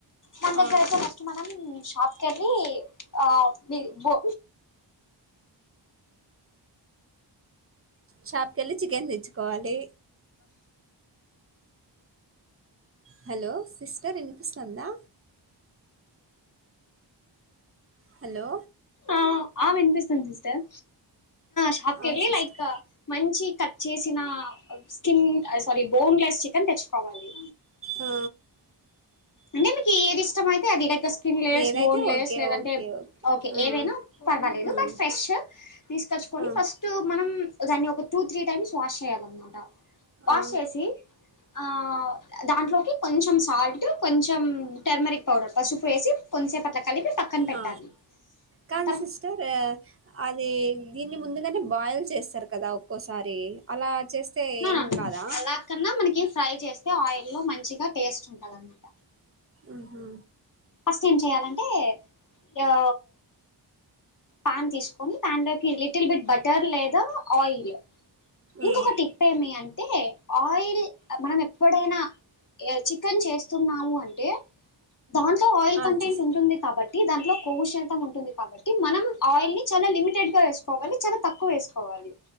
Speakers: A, on the left (about 45°); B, on the right (about 30°).
A: మన
B: ఆ
A: దగ్గర అయితే ఫస్ట్ మనం షాప్ కెళ్ళి ఆ ది బో
B: షాప్ కేళ్ళి చికెన్ తెచ్చుకోవాలి హలో సిస్టర్ ఇనిపిస్తోందా హలో
A: ఆ ఆ వినిపిస్తోంది సిస్టర్ షాప్కేళ్ళి
B: ఆ సిస్టర్
A: లైక్ మంచి కట్ చేసిన స్కిన్ సారీ బోన్లెస్ చికెన్ తెచ్చుకోవాలి
B: ఆ
A: అంటే మీకు ఏది ఇష్టం అయితే అది లేక స్కిన్ లేయర్స్
B: ఏదైతే
A: బోన్ లేయర్స్
B: ఓకే
A: లేదంటే
B: ఓకే
A: ఓకే
B: ఆ
A: ఏదైనా పర్వాలేదు
B: ఉమ్
A: బట్ ఫ్రెష్ తీసుకొచ్చుకొని
B: ఆ
A: ఫస్ట్ మనం దాన్ని ఒక టూ త్రీ టైమ్స్ వాష్ చేయాలన్నమాట వాష్
B: ఆ
A: చేసి ఆ దాంట్లోకి కొంచెం సాల్ట్ కొంచెం టెర్మరిక్ పౌడర్ పసుపు వేసి కొంచసేప్ అట్లా కలిపి పక్కన పెట్టాలి
B: ఆ కానీ
A: తర్
B: సిస్టర్ అది దీన్ని ముందుగానే బాయిల్ చేస్తారు కదా ఒక్కోసారి అలా చేస్తే
A: నా
B: ఏం కాదా
A: అలాక్కన్నా మనకి కి ఫ్రై చేస్తే ఆయిల్ లో మంచిగా టేస్ట్ ఉంటదనమాట
B: ఆహా
A: ఫస్ట్ ఏం చేయాలంటే యో ప్యాన్ తీసుకొని ప్యాన్లోకి లిటిల్ బిట్ బటర్ లేదా ఆయిల్
B: ఉమ్
A: ఇంకొక టిప్ ఏమి అంటే ఆయిల్ మనం ఎప్పుడైనా చికెన్ చేస్తున్నాము అంటే దాంట్లో ఆయిల్
B: ఆ
A: కంటెంట్
B: చేస్
A: ఉంటుంది కాబట్టి దాంట్లో కొవ్వు శతం ఉంటుంది కాబట్టి మనం ఆయిల్ ని చాలా లిమిటెడ్ గా వేసుకోవాలి చాలా తక్కువ వేసుకోవాలి